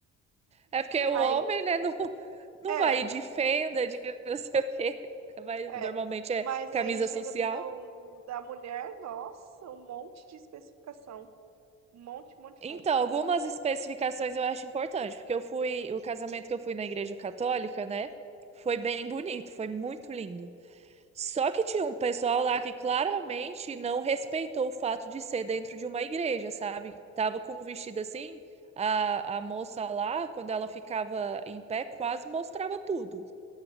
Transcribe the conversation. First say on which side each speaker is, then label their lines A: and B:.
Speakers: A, on the right (about 20°); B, on the right (about 60°).
A: É porque o
B: Aí,
A: homem, né, não, não
B: é,
A: vai de fenda, de não sei o quê. Vai,
B: é.
A: normalmente é
B: Mas
A: camisa
B: aí chega
A: social.
B: no da mulher, nossa, um monte de especificação. Um monte, monte,
A: Então,
B: monte.
A: algumas especificações eu acho importante, porque eu fui, o casamento que eu fui na igreja católica, né? Foi bem bonito, foi muito lindo. Só que tinha um pessoal lá que claramente não respeitou o fato de ser dentro de uma igreja, sabe? Tava com um vestido assim, a, a moça lá, quando ela ficava em pé, quase mostrava tudo.